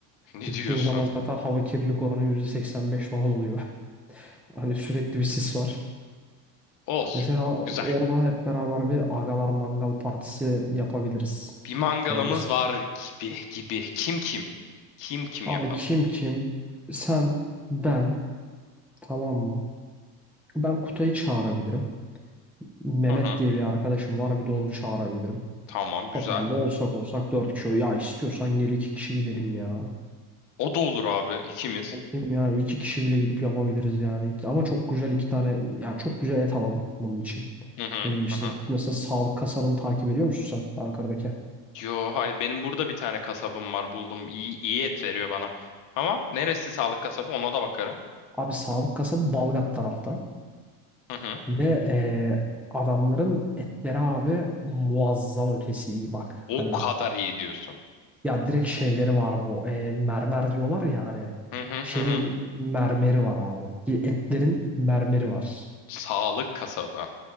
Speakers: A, on the left; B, in the centre.
A: <laughs> Ne
B: Gittiğin
A: diyorsun?
B: zaman zaten hava kirlilik oranı %85 falan oluyor. Hani sürekli bir sis var.
A: Olur.
B: Mesela
A: Güzel.
B: orada hep beraber bir agalar mangal partisi yapabiliriz.
A: Bir mangalımız
B: Eğer istiyorsan.
A: var gibi gibi. Kim kim? Kim kim
B: Abi
A: yapalım?
B: kim kim? Sen, ben. Tamam mı? Ben Kutay'ı çağırabilirim. Mehmet
A: Hı hı.
B: diye bir arkadaşım var. Bir de onu çağırabilirim.
A: Tamam
B: Totalde
A: güzel.
B: olsak olsak dört kişi. Ya istiyorsan gel iki kişi gidelim ya.
A: O da olur abi ikimiz.
B: Ben Dedim ya iki kişi bile gidip yapabiliriz yani. İki- Ama çok güzel iki tane ya çok güzel et alalım bunun için.
A: Hı hı.
B: Ne bileyim işte
A: Hı hı.
B: mesela Sağlık Kasabı'nı takip ediyor musun sen Ankara'daki?
A: Yo hayır benim burada bir tane kasabım var buldum. İyi, iyi et veriyor bana. Ama neresi sağlık kasabı ona da bakarım.
B: Abi sağlık kasabı Balgat tarafta.
A: Hı hı.
B: Ve eee, adamların etleri abi muazzam ötesi iyi bak.
A: O
B: Hani
A: kadar iyi diyorsun.
B: ya direkt şeyleri var bu. Eee, mermer diyorlar ya hani.
A: Hı hı
B: Şeyin
A: hı hı.
B: mermeri var abi. Etlerin mermeri var.
A: Sağlık kasabı.